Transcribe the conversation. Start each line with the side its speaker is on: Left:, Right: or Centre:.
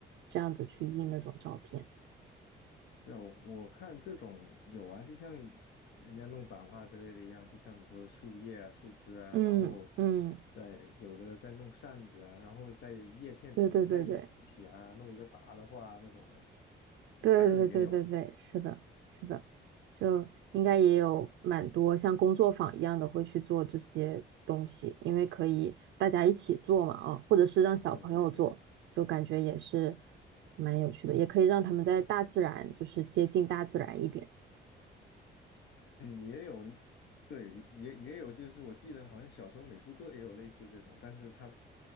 Right: 这样子去印那种照片。
Left: 对啊我我看这种有啊，就像人家弄版画之类的一样，就像你说的树叶啊、树枝啊，
Right: 嗯嗯，
Left: 然后再有的再弄扇子啊，然后再叶片叠在一起啊，
Right: 对对对对。
Left: 弄一个大的画啊那种的
Right: 对对对对对，
Left: <coughs> <clears throat> 也有，
Right: 是的，是的，就应该也有蛮多像工作坊一样的会去做这些东西，因为可以大家一起做嘛，啊，或者是让小朋友做，
Left: 对对对。
Right: 就感觉也是蛮有趣的，也可以让他们在大自然，就是接近大自然一点。
Left: 嗯，也有，对，也也有，就是我记得好像小时候美术课也有类似这种，但是它